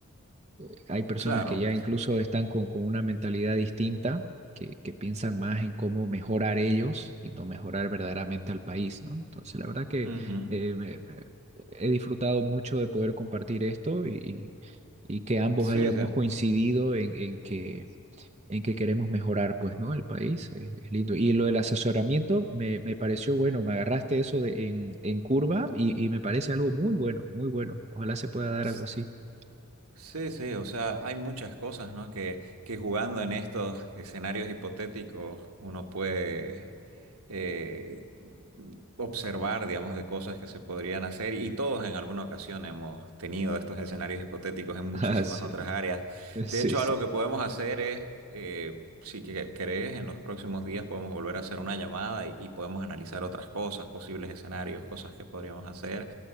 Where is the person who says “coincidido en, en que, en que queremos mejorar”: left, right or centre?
Right